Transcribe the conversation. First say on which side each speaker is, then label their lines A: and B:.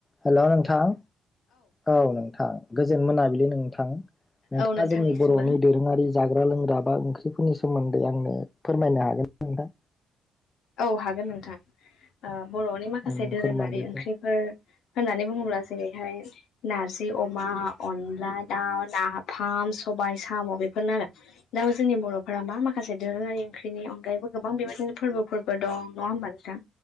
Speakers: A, on the left (about 25°); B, on the left (about 75°).
A: हेल' नोंथां औ नोंथां गोजोन मोनाबिलि नोंथां नोंथाङा
B: औ नोंथांनिसिमबो
A: जोंनि बर'नि दोरोङारि जाग्रा लोंग्रा बा ओंख्रिफोरनि सोमोन्दै आंनो फोरमायनो हागोन ना नोंथां?
B: औ हागोन नोंथां ओह बर'नि माखासे
A: उम
B: दोरोङारि
A: फोरमायदो
B: ओंख्रिफोर
A: दे
B: होननानै बुङोब्ला जेरैहाय नारजि अमा अनला दाउ नाफाम सब सबाय साम' बेफोरनो आरो दा जोंनि बर'फोरा मा माखासे दोरोङारि ओंख्रिनि अनगायैबो गोबां बेबायदिनो फोरबोफोरबो दं नङा होमबा नोंथा